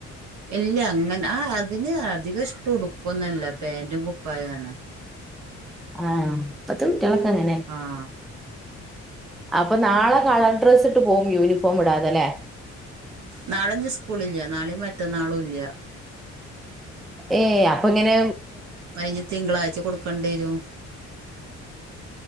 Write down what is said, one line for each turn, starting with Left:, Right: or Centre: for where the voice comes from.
Right: എല്ല അങ്ങനെ ആ അതിന് അധികം ഇഷ്ടം ഉടുപ്പൊന്നുംല്ല പാൻറും കുപ്പായാണ്
Centre: ആഹ് ഇപത്ത് കുട്ടികള് ഒക്കെ അങ്ങനെ തെന്നെയാണ്
Right: ആഹ്
Centre: അപ്പൊ നാളെ കളർ ഡ്രസ്സ് ഇട്ട് പോകും യൂിഫോം ഇടാതെ അല്ലെ
Right: നാളെ ഇനി സ്കൂളില്ല്യ നാളെയും മറ്റന്നാളും ഇല്ല്യ
Centre: ഏ അപ്പൊ ഇങ്ങനെ
Right: കഴിഞ്ഞ തിങ്കളാഴ്ച കൊടുക്കേണ്ടി വരും